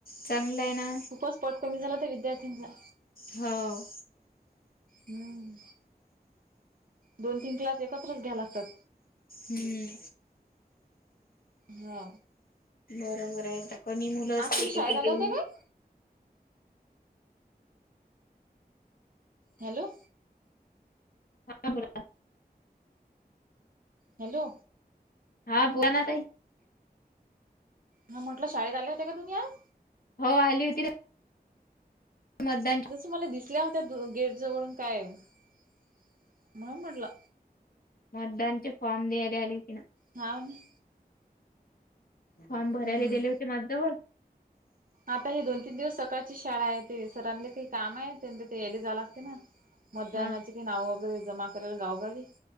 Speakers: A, on the left; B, on the right.
A: चांगलंय ना.
B: खूपचं पट कमी झाला तर विद्यार्थींचा.
A: हाव.
B: हम्म दोन तीन क्लास एकत्रच घ्याय लागतात.
A: हम्म.
B: हा.
A: बरोबर आहे आता कमी मुलं
B: आज
A: असतील
B: तुम्ही शाळेत
A: तर
B: आल्या
A: त्या
B: होत्या काय? हॅलो
A: हां बोला.
B: हॅलो
A: हा बोला ना ताई.
B: हा म्हटलं शाळेत आल्या होते का तुम्ही आज?
A: हो आली होती ना. मतदान
B: तस मला दिसल्या होत्या गेट जवळून काय म्हणून म्हटलं.
A: मतदानचे फॉर्म दियाला आली होती ना.
B: हाव ना.
A: फॉर्म भरायला
B: हम्म.
A: देले होते माझजवळ.
B: आता हे दोन तीन दिवस सकाळचीचं शाळा आहे ते सरांले काही काम आहे त्यां ते यले जायला लागते ना. मतदानाचे
A: हा
B: कि नाव वगैरे जमा कराय <unintelligible>